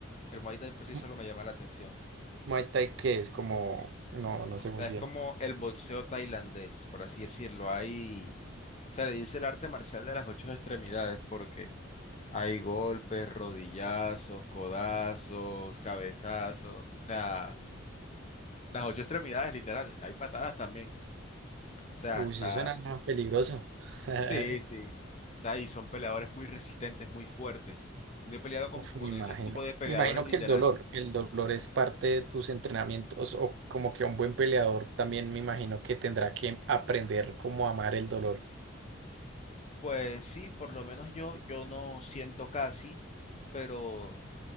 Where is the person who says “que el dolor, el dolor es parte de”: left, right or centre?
Right